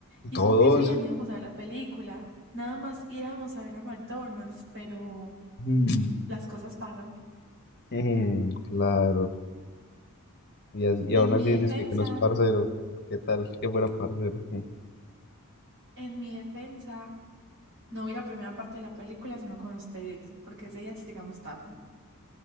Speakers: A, on the right; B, on the left.
A: Y
B: Todos.
A: es que ese día no íbamos a ver la película. Nada más íbamos a ver a McDonald's, pero
B: Mm,
A: las cosas pasan.
B: <laughs> eh, claro. Y, as- y aún
A: En
B: así
A: mi defensa,
B: dices que no es parcero. ¿Qué tal que fuera parcero? Mm,
A: en mi defensa, no vi la primera parte de la película, sino con ustedes, porque ese día llegamos tarde.